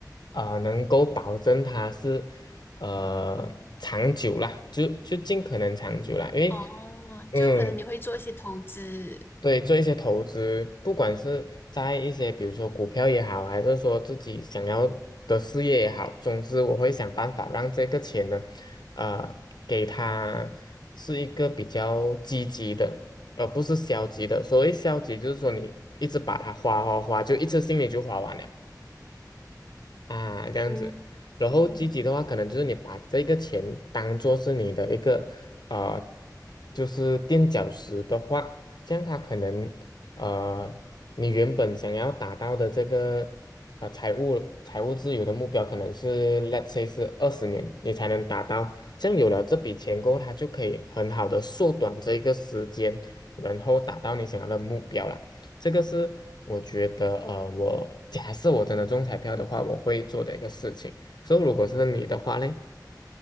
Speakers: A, on the left (about 80°); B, on the left (about 30°).
A: 啊、呃能够保证它是呃长久啦，就就尽可能长久啦，因为
B: 哦，
A: 嗯，
B: 就可能你会做一些投资。
A: 对，做一些投资，不管是在一些比如说股票也好，还是说自己想要的事业也好，总之我会想办法让这个钱呢，呃，给它是一个比较积极的，而不是消极的。所谓消极，就是说你一直把它花花花，就一次性你就花完了。啊，这样子。
B: 嗯
A: 然后积极的话，
B: 嗯
A: 可能就是你把这个钱当做是你的一个呃，就是垫脚石的话，这样它可能呃，你原本想要达到的这个呃财务财务自由的目标，可能是 let's say 是二十年你才能达到。这样有了这笔钱过后，它就可以很好的缩短这一个时间，然后达到你想要的目标了。这个是我觉得，呃，我假设我真的中彩票的话，我会做的一个事情。所以，如果是你的话嘞，